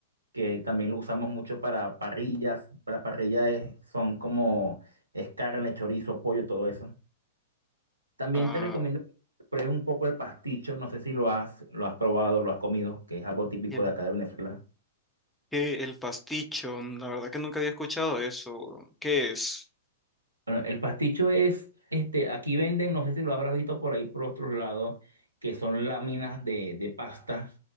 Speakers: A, on the right; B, in the centre.
A: que también lo usamos mucho para parrillas. Para parrillas es- son como es carne, chorizo, pollo, todo eso. También
B: Ah,
A: te recomiendo que pruebes un poco el pasticho, no sé si lo has, lo has probado, lo has comido, que es algo típico
B: el,
A: de acá de Venezuela.
B: que el pasticho, la verdad que nunca había escuchado eso. ¿Qué es?
A: Bueno, el pasticho es, este, aquí venden, no sé si lo habrás visto por ahí por otros lados, que son láminas de, de pasta